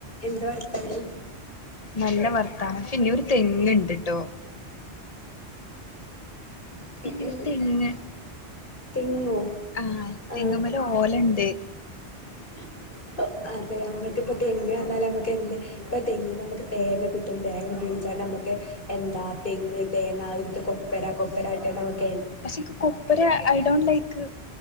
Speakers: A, on the left; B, on the left.
A: എന്ത് വർത്താനം
B: നല്ല വർത്താനം പിന്നെരു തെങ്ങ് ഇണ്ട്ട്ടോ പിന്നെരു
A: എ എൻ
B: തെങ്ങ്
A: തെങ്ങോ
B: ആഹ്‌
A: ആഹ്
B: തെങ്ങുമേല് ഓല ഒണ്ട്
A: <inaudible> അതെ അമ ഇപ്പോ തെങ്ങ് കാരണാല് അമ്മക്ക് എന്ത് ഇപ്പോ തെങ്ങേന്ന് നമുക്ക് തേങ്ങ കിട്ടും തേങ്ങ ഉപയോഗിച്ചാല് നമുക്ക് എന്താ തെങ്ങ് തെങ്ങയെടുത്ത് കൊ <unintelligible> കൊപ്ര ആട്ടാം നമ്മുക്ക്
B: പക്ഷെനിക്ക് കൊപ്ര ഐ ഡോണ്ട് ലൈക്ക്